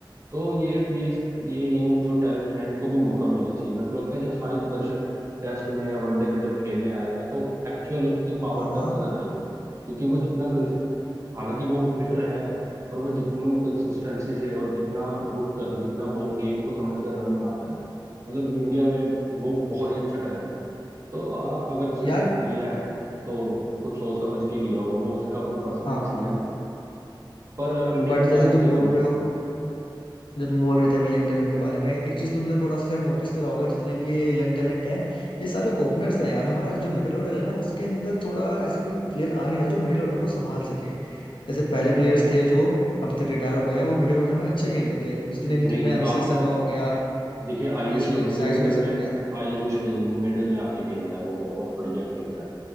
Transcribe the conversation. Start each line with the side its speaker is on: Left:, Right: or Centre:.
Right: तो ये ये ये यंग जो टैलेंट है इनको भी मौका मिलना चाहिए मेरे को लगता है जब साई सुदर्शन टेस्ट में या वनडे में जब खेलने आएगा तो एक्चुअल उसकी पावर
Left: हाँ
Right: तब
Left: हाँ
Right: नजर आएगी क्योंकि वो जितना कंसि हालांकि वो हिटर है पर वो जितनी कंसिस्टेंसी से और जितना रुक कर जितना गेम को समझ कर रन बनाता है मतलब इंडिया में वो बहुत ही अच्छा टैलेंट है तो हाँ अगर उसने
Left: यार
Right: लिया है तो कुछ सोच समझ के ही लिया होगा वो उसका अपना पर्सनल
Left: हाँ
Right: डिसीजन
Left: हाँ
Right: है पर इंडिया
Left: बट
Right: में टैलेंट
Left: जैसे तुम
Right: की
Left: बोल
Right: कमी
Left: रहे
Right: नहीं
Left: हो
Right: है
Left: जो तुम बोल रहे थे अभी यंग टैलेंट के बारे में एक चीज तुमने थोड़ा सा शायद नोटिस करा होगा जितने भी ये यंग टैलेंट है ये सारे ओपनर्स हैं यार हमारा जो मिडिल ऑर्डर है ना उसके अंदर थोड़ा ऐसा कोई प्लेयर आ नहीं रहा जो मिडिल ऑर्डर को संभाल सके जैसे पहले प्लेयर्स थे जो अब तक रिटायर हो गए हैं वो मिडिल ऑर्डर में अच्छा खेलते थे जितने भी
Right: नहीं
Left: तुमने अभिषेक
Right: आप
Left: शर्मा हो गया
Right: देखिए आयुष
Left: ये सु-
Right: बदोनी
Left: साई
Right: मिडल
Left: सुदर्शन
Right: में
Left: हो गया
Right: आयुष बदोनी मिडल में आके खेलता है वो बहुत बढ़िया खेल रहा है